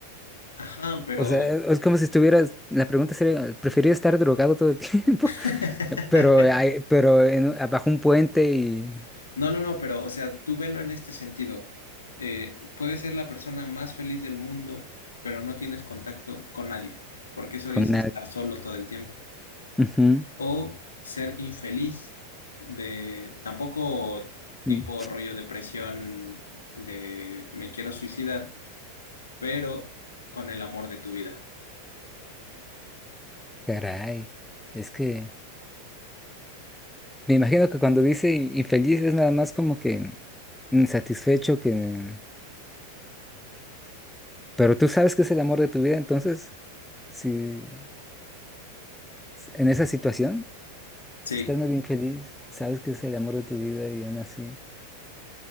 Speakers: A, on the left (about 70°); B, in the centre.
A: Ajá, pero
B: O sea, es como si estuvieras, la pregunta sería, ¿preferiría estar drogado todo el <laughs> tiempo?
A: <laughs>
B: Pero, hay- pero en- abajo un puente y
A: No, no, no, pero, o sea, tú velo en este sentido. Eh, puedes ser la persona más feliz del mundo, pero no tienes contacto con nadie, porque eso
B: con
A: dice
B: nadie
A: estar solo todo el tiempo.
B: Ujú.
A: O ser infeliz, de tampoco
B: Mm,
A: tipo rollo depresión de me quiero suicidar, pero con el amor de tu vida.
B: Caray, es que me imagino que cuando dice i- infeliz es nada más como que insatisfecho que... Pero tú sabes que es el amor de tu vida, entonces, si s- en esa situación,
A: Sí,
B: si estás medio infeliz, sabes que es el amor de tu vida y aún así...